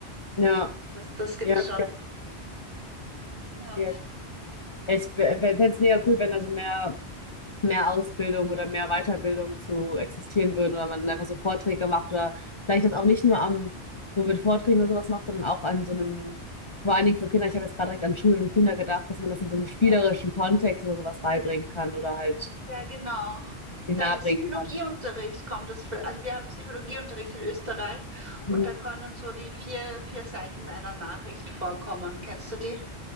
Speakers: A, on the left; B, on the right.
A: Ja,
B: Das, das gibt's
A: ja,
B: schon.
A: ja.
B: Ja,
A: Ja, ich fände es mega cool, wenn da so mehr. mehr Ausbildung oder mehr Weiterbildung zu existieren würden oder man einfach so Vorträge macht oder vielleicht das auch nicht nur
B: ja,
A: am, so mit Vorträgen oder sowas macht, sondern auch an so einem, vor allen Dingen für Kinder, ich habe jetzt gerade direkt an Schulen und Kinder gedacht, dass man das in so einem spielerischen
B: ja,
A: Kontext oder sowas beibringen kann oder halt
B: ja, genau. Da
A: den nahebringen
B: im Psychologieunterricht
A: kann.
B: kommt das für, also wir haben Psychologieunterricht in Österreich und
A: Mhm.
B: da können so die vier, vier Seiten einer Nachricht vorkommen. Kennst du die?